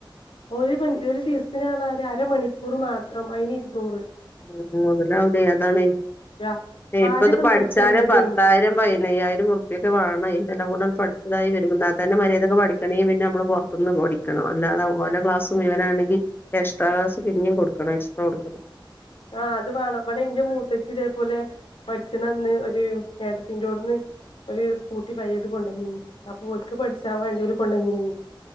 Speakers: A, on the left (about 80°); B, on the left (about 25°).
A: ഒരു മി ഒരു ദിവസത്തിനാന്നല് അരമണിക്കൂർ മാത്രം അയിന് ഇരുന്നൂറ്
B: ഉ മുതലാവതെ അതാണ്
A: ര
B: ഇപ്പ
A: ആദ്യൊക്കെ
B: ഇത് പഠിച്ചാല്
A: നൂറ്റി അൻപതേനി
B: പത്തായിരം പതിനയ്യായിരം മുറുപ്പിയൊക്കെ വേണം ഇതെല്ലാം കൂടെ പഠിച്ചതായി വര ന്നാത്ത തന്നെ മര്യാദക്ക്‌ പഠിക്കണെങ്കി പിന്നെ അമ്മള് പൊ ർത്ത്ന്ന് പഠിക്കണം അല്ലാതെ ഓലെ ക്ലാസ്സ് മുഴുവനാണെങ്കി എക്സ്ട്രാ ക്ലാസ് ഇഞ്ഞും കൊടുക്കണം എക്സ്ട്രാ കൊടുക്കണം
A: ആഹ അത് വേണംവിടെ എൻന്റെ മൂത്തച്ചി ഇതേപോലെ പഠിച്ചണ അന്ന് ഒരു ഏടത്തിറോടുന്ന് ഒരു സ്കൂട്ടി പയ്യത് കൊണ്ടന്നീനി ആ പോലക്ക് പഠിച്ചാൻ വേണ്ടില കൊണ്ടന്നീനി